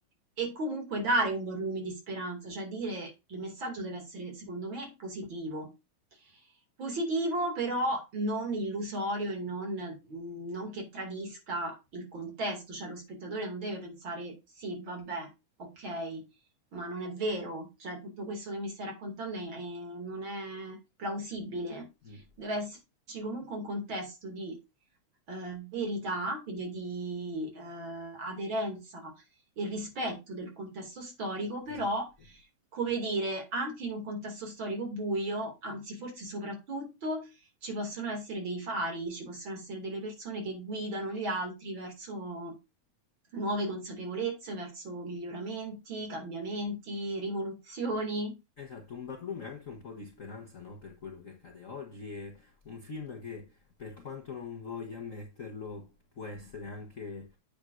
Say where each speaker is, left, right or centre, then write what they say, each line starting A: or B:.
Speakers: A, on the right (about 45°); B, on the left (about 70°).
A: E comunque dare un buon lume di speranza, cioè dire il messaggio deve essere, secondo me, positivo. Positivo, però non illusorio e non, mm, non che tradisca il contesto, cioè lo spettatore non deve pensare sì, vabbè, ok, ma non è vero, cioè tutto questo che mi stai raccontando è- è- non è plausibile.
B: Mm,
A: Deve esserci comunque un contesto di eh, verità, quindi di eh, aderenza e rispetto del contesto storico, però,
B: Esatto.
A: come dire, anche in un contesto storico buio, anzi forse soprattutto, ci possono essere dei fari, ci possono essere delle persone che guidano gli altri verso nuove consapevolezze, verso miglioramenti, cambiamenti, rivoluzioni.
B: Esatto, un barlume e anche un po' di speranza, no, per quello che accade oggi. È un film che, per quanto non voglia ammetterlo, può essere anche